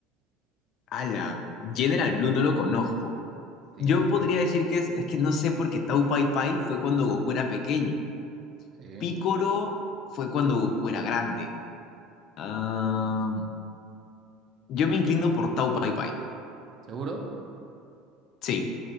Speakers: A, on the left; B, on the right.
A: Ala, General Blue no lo conozco.
B: Sí,
A: Yo
B: también.
A: podría decir que es, es que no sé porque Tau Pai Pai fue cuando Goku era pequeño.
B: Sí.
A: Picoro fue cuando Goku era grande. Ah, yo me inclino por Tau Pai Pai.
B: ¿Seguro?
A: Sí.